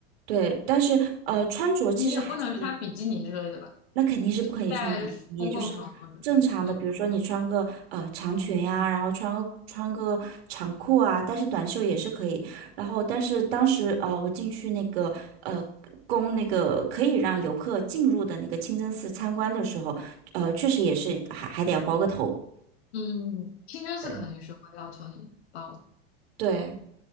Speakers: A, on the right; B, on the left.
A: 对，但是呃，穿着其实还是
B: 你也不能穿比基尼之类的吧？
A: 那肯定是不可以穿比基尼，
B: 在公共场合呢嗯
A: 也就是正常的，比如说你穿个呃长裙呀、然后穿个穿个长裤啊，但是短袖也是可以。然后，但是当时呃，我进去那个呃供那个可以让游客进入的那个清真寺参观的时候，呃，确实也是还还得要包个头。
B: 嗯嗯，清真寺肯定是会要求你包的
A: 对。对。